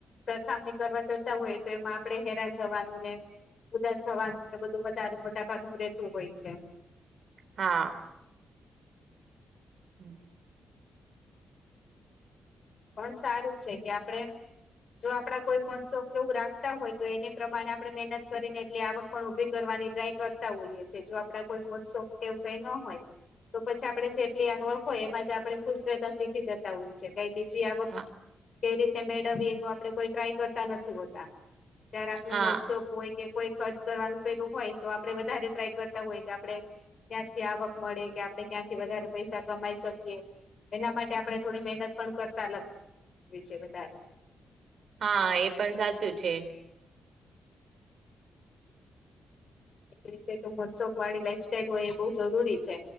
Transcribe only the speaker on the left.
સામની કરવા જતા હોય તો એમાં આપડે હેરાન થવાનું ને ઉદાસ થવાનું બધું મા મોટાકાતું રેતું હોય છે.
પણ સારું છે કે આપડે જો આપડા કોઈ મહોત્સવ જેવું રાખતા હોય તો એને પ્રમાણે આપણે મહેનત કરીને એટલી આવક પણ ઉભી કરવાની ટ્રાય કરતા હોઈએ છ છે જો આપડા કોઈ મોસો કેવું કઈ ન તો પછી આપણે જેટલી આવક હોય એમાં જ આપણે કુશરતા શીખી જતા હોય છે કઈ બી કઈ
રીતે મેળવી એનું આપડે કોઈ ટ્રાય કર તા નથી હોતા ત્યારે આપણે
મહોત્સવ હોય કે કોઈ ખર્ચ કરવાનું પેલું હોય તો આપડે વધારે ટ્રાય કરતા હોય કે આપણે ક્યાંથી આવક મળે કે આપડણે ક્યાંથી વધારે પૈસા કમાઈ શકીએ એના માટે આપણે થોડી મહેનત પણ કરતા અલગ છે વધારે
એ રીતેસોક વાળી લાઈફ સ્ટાઈલ હોય એ બહ જરૂરી છે.